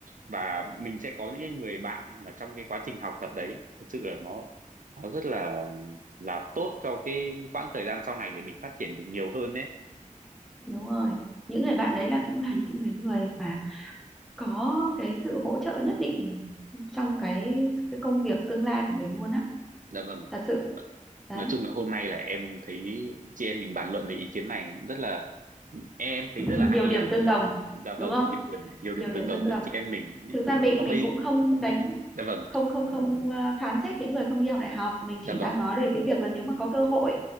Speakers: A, on the right; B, in the centre.
A: và mình sẽ có những cái người bạn mà trong cái quá trình học tập đấy thật sự là nó nó rất là là tốt cho cái quãng thời gian sau này để mình phát triển được nhiều hơn đấy
B: đúng rồi những người bạn đấy là cũng là những cái người mà có cái sự hỗ trợ nhất định trong cái cái công việc tương lai của mình luôn á
A: dạ vâng
B: thật sự đấy
A: nói chung là hôm nay là em thấy chị em mình bàn luận về ý kiến này rất là em thấy
B: <laughs>
A: rất là hay
B: nhiều điểm
A: nha
B: tương đồng
A: dạ
B: đúng
A: vâng
B: không
A: nhiều điểm nhiều điểm
B: nhiều điểm
A: tương đồng
B: tương đồng
A: giữa chị em mình
B: thực ra mình
A: Và
B: mình
A: bây
B: cũng không đánh
A: dạ vâng
B: không không không ờ, phán xét những người không đi học đại học mình
A: dạ
B: chỉ
A: vâng
B: đang nói về cái việc là nếu mà có cơ hội